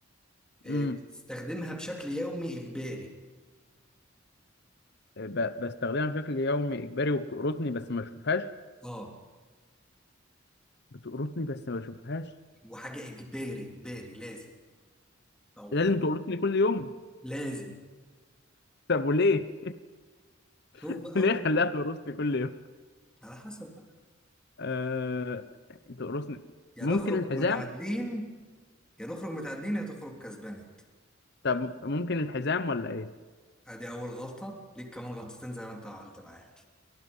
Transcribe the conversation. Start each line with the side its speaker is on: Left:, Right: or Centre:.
Centre: إيه،
Left: امم
Centre: بتستخدمها بشكل يومي اجباري
Left: ب- بستخدمها بشكل يومي اجباري وبتقرصني بس ما بشوفهاش
Centre: اه
Left: بتقرصني بس ما بشوفهاش
Centre: وحاجة اجباري اجباري لازم او
Left: لازم
Centre: م-
Left: تقرصني كل يوم
Centre: لازم
Left: طب وليه
Centre: شوف
Left: <laughs>
Centre: بقى
Left: ليه
Centre: هو
Left: خلاها تقرصني كل يوم
Centre: على حسب بقى
Left: أه... تقرصني
Centre: يا
Left: ممكن
Centre: نخرج
Left: الحزام
Centre: متعادلين يا نخرج متعادلين يا تخرج كسبان
Left: طب ممكن الحزام ولا ايه
Centre: ادي اول غلطة ليك كمان غلطتين زي ما انت عملت معايا